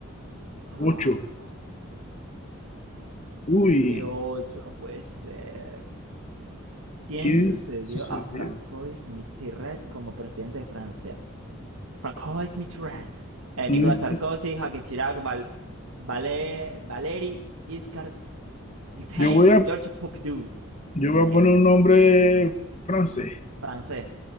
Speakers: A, on the right; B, on the left.
A: Ah,
B: Ocho. Uy,
A: como que ocho, no puede ser. ¿Quién
B: ¿quién
A: sucedió
B: sucedió?
A: a Francois Mitterrand como presidente de Francia? Francois Mitterrand. Eh, Nicolas
B: Mm,
A: Sarkozy, Jacques Chirac, Val, Valé- Valéry Giscard d'Estaing,
B: Yo voy a,
A: Georges Pompidou.
B: yo voy
A: Aquí,
B: a poner un nombre francés
A: francés.